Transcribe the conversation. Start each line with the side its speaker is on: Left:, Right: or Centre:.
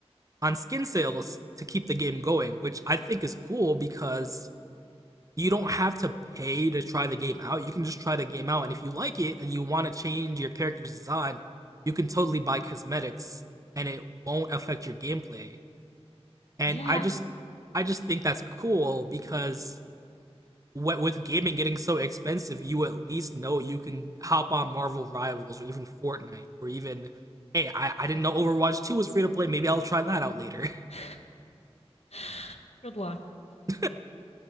Right: on skin sales to keep the game going, which I think is cool because you don't have to pay to try the game out. You can just try the game out, and if you like it and you want to change your character's design, you can totally buy cosmetics, and it won't affect your gameplay. And
Left: Yeah.
Right: I just I just think that's cool because with gaming getting so expensive, you at least know you can hop on Marvel Rivals or even Fortnite or even hey, I, I didn't know Overwatch 2 was free to play, maybe I'll try that out later.
Left: <sighs> <laughs> Good luck.
Right: <laughs>